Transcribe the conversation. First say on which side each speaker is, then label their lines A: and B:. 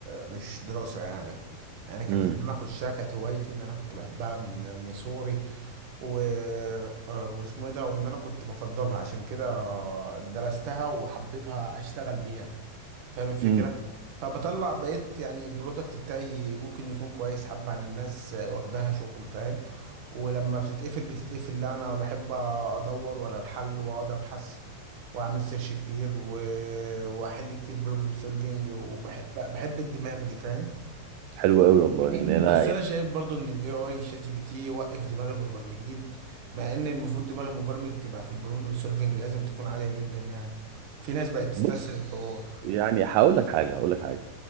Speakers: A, on the right; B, on the right.
A: مش دراسة يعني يعني كانت
B: امم
A: ان انا اخشها كانت هوايتي ان انا كنت بحبها من من صغري و... آه، واسمه ايه ده وان انا كنت بفضلها عشان كده درستها وحبيتها اشتغل بيها فاهم الفكرة
B: امم
A: فبطلع بقيت يعني البرودكت بتاعي ممكن يكون كويس حبة عن الناس آه، واخداها شغل فاهم ولما بتتقفل بتتقفل لا انا بحب ادور ولا الحل واقعد ابحث واعمل سيرش كتير و... واحل كتير بروبلم سولفينج وبحب بحب الدماغ دي فاهم
B: حلو قوي والله
A: <laughs>
B: يعني انا
A: بس انا شايف برضو ان الاي اي شات جي بي تي يوقف دماغ المبرمجين مع ان المفروض دماغ المبرمج تبقى في البروبلم سولفنج لازم تكون عاليه جدا يعني في ناس بقت تستسهل
B: بص
A: الحوار
B: يعني هقول لك حاجة هقول لك حاجة